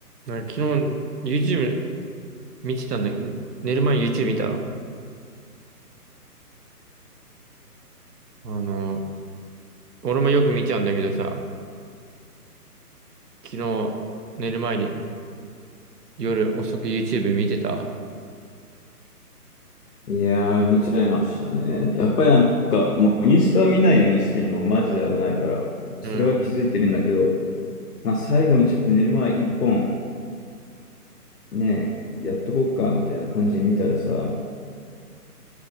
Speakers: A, on the right; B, on the left.
A: なんか昨日 YouTube 見てたんだけど、寝る前に YouTube 見た。あの、俺もよく見ちゃうんだけどさ、昨日寝る前に夜遅く YouTube 見てた。
B: いやー、見ちゃいましたね。やっぱりなんか、もうインスタを見ないようにしてるのもマジで危ないから、それは気づいてるんだけど、
A: うん。
B: まあ、最後にちょっと寝る前一本、ね、やっとこっか、みたいな感じで見たらさ、